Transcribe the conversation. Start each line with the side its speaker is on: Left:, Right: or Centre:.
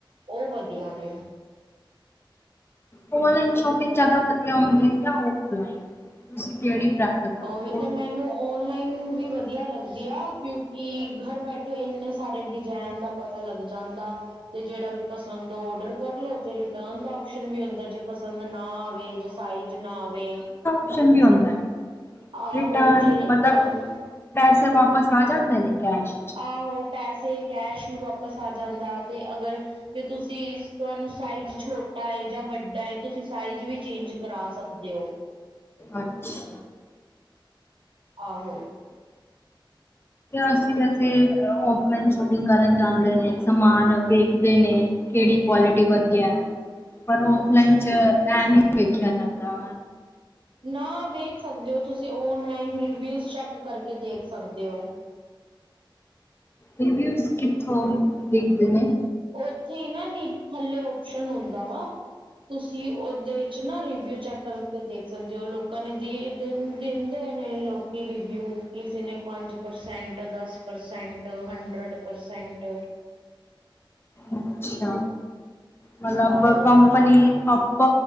Right: ਉਹ ਵਧੀਆ ਨੇ।
Left: ਓਨਲਾਈਨ ਸ਼ੋਪਿੰਗ ਜਿਆਦਾ ਵਧੀਆ ਹੁੰਦੀ ਜਾਂ ਓਫ ਲਾਇਨ ਤੁਸੀਂ ਕਿਹੜੀ ਪ੍ਰੈਫਰ ਕਰਦੇ
Right: ਉਵੇੇ
Left: ਹੋ
Right: ਤਾਂ ਮੈਂ ਮੈਨੂੰ ਔਨਲਾਈਨ ਵੀ ਵਧੀਆ ਲੱਗਦੀ ਆ ਕਿਉਂਕਿ ਘਰ ਬੈਠੇ ਇੰਨੇ ਸਾਰੇ ਡਿਜ਼ਾਇਨ ਦਾ ਪਤਾ ਲੱਗ ਜਾਂਦਾ, ਤੇ ਜਿਹੜਾ ਵੀ ਪਸੰਦ ਆ ਔਡਰ ਕਰ ਲੋ ਤੇ ਰਿਟਰਨ ਦਾ ਆਪਸ਼ਨ ਵੀ ਹੁੰਦਾ ਜੇ। ਪਸੰਦ ਨਾ ਆਵੇ ਜੋ ਸਾਈਜ਼ ਨਾ ਆਵੇ।
Left: ਓਪਸ਼ਨ ਵੀ ਹੁੰਦਾ,
Right: ਆਹ
Left: ਰਿਟਰਨ
Right: ਹੋ ਜੇ
Left: ਮਤਲਬ
Right: ਤੁਹਾਨੂੰ
Left: ਪੈਸੇ ਵਾਪਸ ਆ ਜਾਂਦੇ ਨੇ ਕੈਸ਼ ਚ
Right: ਆਹੋ ਪੈਸੇ ਕੈਸ਼ ਵੀ ਵਾਪਸ ਆ ਜਾਂਦਾ ਅਤੇ ਅਗਰ, ਜੇ ਤੁਸੀਂ ਤੁਹਾਨੂੰ ਸਾਈਜ਼ ਛੋਟਾ ਹੈ ਜਾਂ ਵੱਡਾ ਹੈ ਤੁਸੀਂ ਸਾਈਜ਼ ਵੀ ਚੇਜ ਕਰਾ ਸਕਦੇ ਹੋ।
Left: ਅੱਛਾ
Right: ਆਹੋ।
Left: ਅਸੀ ਵੈਸੇ ਔਫਲਾਈਨ ਸ਼ੋਪਿੰਗ ਕਰਨ ਜਾਂਦੇ ਨੇ ਸਮਾਨ ਵੇਖਦੇ ਨੇ। ਕੇੜੀ ਕੁਆਲਟੀ ਵਧੀਆ ਐ, ਪਰ ਓਫਲਾਈਨ ਚ ਐ ਨੀ ਵੇਖੇਆ ਜਾਂਦਾ।
Right: ਨਾ ਵੇਖ ਸਕਦੇ ਓ ਤੁਸੀ ਔਨਲਾਈਨ ਰਿਵਿਊਜ਼ ਚੈਕ ਕਰਕੇ ਦੇਖ ਸਕਦੇ ਓ।
Left: ਰਿਵਿਊਜ਼ ਕਿੱਥੋਂ ਦੇਖਦੇ ਨੇ?
Right: ਓਥੇ ਈ ਨਾ ਨੀ ਥੱਲੇ ਓਪਸ਼ਨ ਹੁੰਦਾ ਵਾ। ਤੁਸੀ ਓਦੇ ਵਿੱਚ ਨਾ ਰਿੀਵਿਊ ਚੈਕ ਕਰਕੇ ਦੇਖ ਸਕਦੇ ਓ ਲੋਕਾਂ ਨੇ ਦੀ ਦਿਨ ਦੇਂਦੇ ਨੇ ਲੋਕ ਕੀ ਰਿਵਿਊ ਕਿਸੇ ਨੇ ਪੰਜ ਪ੍ਰਸੈਂਟ, ਦਸ ਪ੍ਰਸੈਂਟ, ਹੰਡਰਡ ਪ੍ਰਸੈਂਟ।
Left: ਅੱਛਾ, ਮਲਬ
Right: ਆਹੋ
Left: ਕੰਪਨੀ ਅਪ